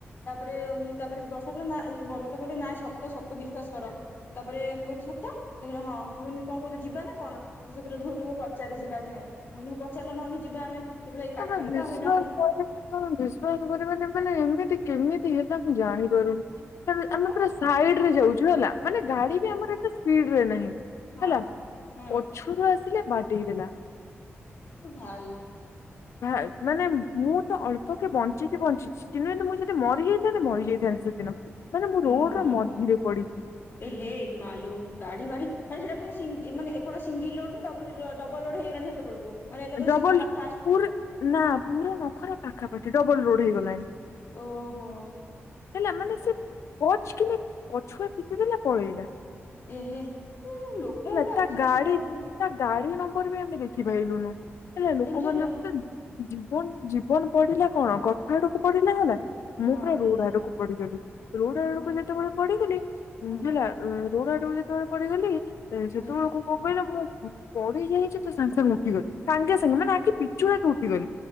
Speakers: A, on the left; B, on the left.
A: ତାପରେ ମୁଁ ତାପରେ ବସ ତାପରେ ନା ବ ମତେ କହିଲେ ନାଇଁ ସତ ସତ ବିଶ୍ଵାସ କର ତାପରେ ମୁଁ କହିଲି ସତ ସେ କହିଲା ହଁ ମୁଁ କହିଲି କଣ କହୁଛ ଯିବା ନା କଣ ସେ କହିଲେ ରୁହ ରୁହ ପଚାରେ ଯିବା କି ନାହିଁ ମୁଁ କହିଲି ପଚାରିଲ ନହେଲେ ଯିବା ଆମେ ସେ କହିଲେ ଏଇ ପାଖରେ
B: ତମେ ବିଶ୍ଵାସ
A: ତ ଆମେ ନ ହେଲେବି
B: କରିବନି ତମେ ବିଶ୍ୱାସ କରିବନି ମାନେ ଏମିତି କେମିତି ହେଲା ମୁଁ ଜାଣି ପାରୁନି ମାନେ
A: ହଁ
B: ଆମେ ପୁରା ସାଇଡରେ ଯାଉଛୁ ହେଲା ମାନେ ଗାଡି ବି ଆମର ଏତେ ସ୍ପିଡରେ ନାହିଁ
A: ହଁ
B: ହେଲା
A: ହଁ।
B: ପଛରୁ ଆସିଲେ ବାଡେଇଦେଲା
A: ଭାଇ
B: ଭା
A: ହୁଁ
B: ମାନେ ମୁଁ ତ ଅଳ୍ପକେ ବଞ୍ଚିଛି ବଞ୍ଚିଛି ଚିହ୍ନନ୍ତୁ ମୁଁ ଯଦି ମରିଯାଇଥାନ୍ତି ମରିଯାଇଥାନ୍ତି ସେ ଦିନ ମାନେ ମୁଁ
A: ଏ
B: ରୋଡର
A: ମା
B: ମଝିରେ ପଡିଛି
A: ଏ ହେ ମାଲୋ ଗାଡି ମାଡି ମାନେ ସେଟା ପୁଣିି ସିଙ୍ଗ ମାନେ ଏପଟା ସିଙ୍ଗଲ ରୋଡ ନା ଡବଲ ରୋଡ ଡବଲ ରୋଡ ହେଇଗଲାଣି ସେତେବେଳକୁ ମାନେ ଏତେଟା
B: ଡବଲ
A: ସିଙ୍ଗି ବା ଫାଷ୍ଟ
B: ପୁର ନା ପୁରା ନଖରା ପାଖାପାଖି ଡବଲ ରୋଡ ହେଇଗଲାଣି।
A: ଓହୋ।
B: ହେଲା
A: ଆଚ୍ଛା।
B: ମାନେ ସେ ପଚ କିିନି ପଛୁଆ ପିଟିିଦେଲା ପଳେଇଲା
A: ଏ ହେ ଏ ଲୋକ
B: ହେଲା
A: ଗୋଡା
B: ତା
A: ଆଜିକାଲି
B: ଗାଡି
A: କଣ ହଉ
B: ତା ଗାଡି ନମ୍ବର ବି ଆମେ ଦେଖିପାଇଲୁନୁ ହେଲେ ଲୋକମାନଙ୍କ
A: ଦେଖୁଚ ହୁଁ
B: ଜୀବନ ଜୀବନ ପଡିଲା କଣ କଥା ଆଡକୁ ପଡିଲା ହେଲା ମୁଁ
A: ହଁ
B: ପୁରା ରୋଡ ଆଡକୁ ପଡିଗଲି ରୋଡ ଆଡକୁ
A: ହୁଁ
B: ଯେତେବେଳେ ପଡିଗଲି
A: ହୁଁ
B: ହେଲା ରୋଡ ଆଡକୁ ଯେତେବେଳେ ପଡିିଗଲି ଯେତେବେଳକୁ
A: ହୁଁ
B: କଣ କହିଲ ମୁଁ ପଡ଼ିଯାଇଛି ତ ସାଙ୍ଗେ ସାଙ୍ଗେ ଉଠିଗଲି। ସାଙ୍ଗେ ସାଙ୍ଗେ ମାନେ ଆଖି ପିଚୁଳାକେ ଉଠିଗଲି